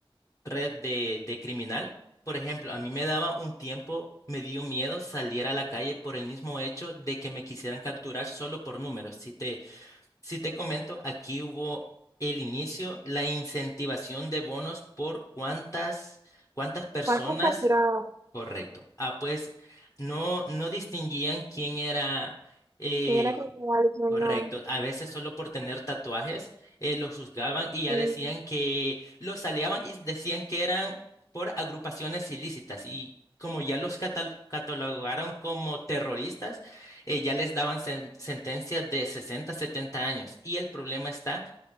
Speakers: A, on the left (about 35°); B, on the right (about 30°).
A: red de, de criminal. Por ejemplo, a mí me daba un tiempo, me dio miedo salir a la calle por el mismo hecho de que me quisieran capturar solo por números. Si te, si te comento, aquí hubo el inicio, la incentivación de bonos por cuántas, cuántas personas
B: ¿Cuántos capturados?
A: Correcto. Ah, pues no, no distinguían quién era. eh,
B: ¿Quién era capturado y quién
A: correcto.
B: no?
A: A veces solo por tener tatuajes eh, los juzgaban y ya
B: Y,
A: decían que los aleaban y decían que eran por agrupaciones ilícitas. Y como ya los catal- catalogaron como terroristas, eh, ya les daban sen- sentencias de 60, 70 años. Y el problema está